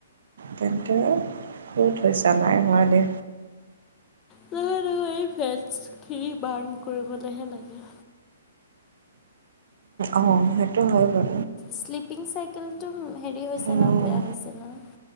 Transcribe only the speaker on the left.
নহ নহয় এই ফেটছ খিনি বাৰ্ণ কৰিবলৈ হে লাগে।
শ্লিপিং চাইকেলটো হেৰি হৈছে
ন বেয়া হৈছে ন।